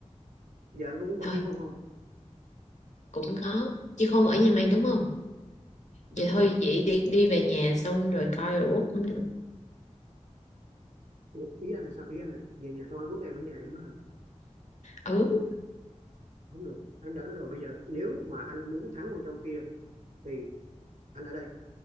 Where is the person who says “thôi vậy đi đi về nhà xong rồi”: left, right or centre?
Left